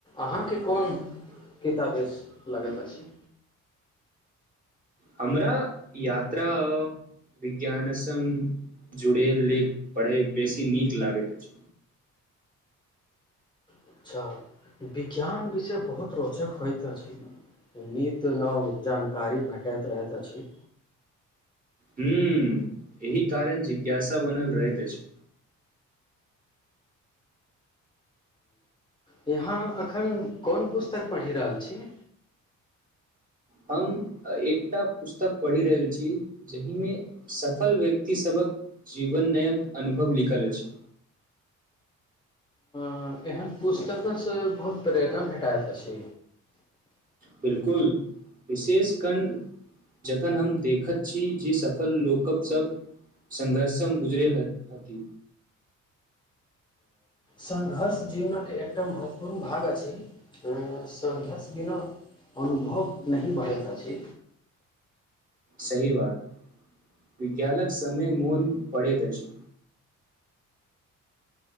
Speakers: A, on the left; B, on the right.
A: अहाँके कोन किताबेस लगैत अछि
B: हमरा यात्रा विज्ञान संग जुड़े ले पढ़य बेसी नीक लागैत अछि
A: अच्छा विज्ञान विषय बहुत रोचक होइत अछि नित नव जानकारी भेटैत रहैत अछि
B: हूं एहि कारण जिज्ञासा बनल रहैत अछि
A: यहाँ अखन कोन पुस्तक पढ़ि रहल छी
B: हम एकटा पुस्तक पढ़ि रहल छी जहिमे सफल व्यक्तिसभक जीवनयक अनुभव लिखल अछि
A: हं एहन पुस्तकस बहुत प्रेरणा भेटाएत अछि
B: बिलकुल विशेष कण जखन हम देखत छी जे सफल लोकक सब संघर्षम गुजरेलती
A: संघर्ष जीवनक एकटा महत्वपूर्ण भाग अछि संघर्ष बिना अनुभव नहि बढ़ैत अछि
B: सही बात विज्ञानक समय मोन पड़ैत अछि